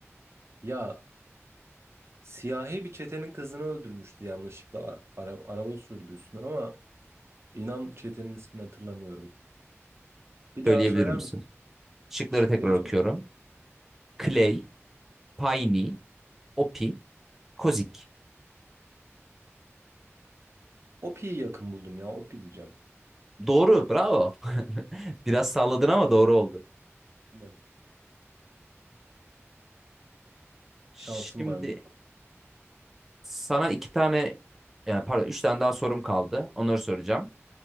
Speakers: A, on the right (about 60°); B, in the centre.
A: Ya siyahi bir çetenin kızını öldürmüştü yanlışlıkla araba, araba sürdü üstüne ama inan çetenin ismini hatırlamıyorum. Bir daha
B: Söyleyebilir
A: söyler
B: misin?
A: misin?
B: Şıkları
A: Şıkları
B: tekrar
A: söyle.
B: okuyorum. Clay, Piney, Opie, Kozik.
A: Opi'yi yakın buldum ya Opi diyeceğim.
B: Doğru, bravo. <laughs> Biraz salladın ama doğru oldu.
A: Aynen.
B: Şimdi
A: Şansım var mı?
B: sana iki tane, e, pardon üç tane daha sorum kaldı. Onları soracağım.